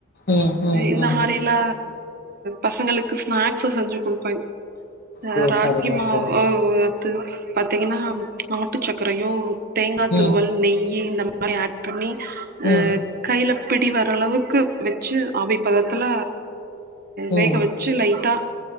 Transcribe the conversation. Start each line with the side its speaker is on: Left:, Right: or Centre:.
Left: ம் ம்
Right: இந்த
Left: ம்
Right: மாரி ல பசங்களுக்கு ஸ்நாக்ஸு செஞ்சு குடுப்பே அ
Left: ஓ
Right: ராகி
Left: சரிங்க
Right: மாவு
Left: சரிங்க
Right: ஓட் பாத்தீங்கன்னா நாட்டு சக்கரையூ தேங்காய் துருவல்
Left: ம்
Right: நெய்யி இந்த மாரி ஆட் பண்ணி அ
Left: ம்
Right: கையில பிடி வர்ர அளவுக்கு வெச்சு ஆவிப்பதத்துல
Left: ம்
Right: வேக வெச் சு லைட்டா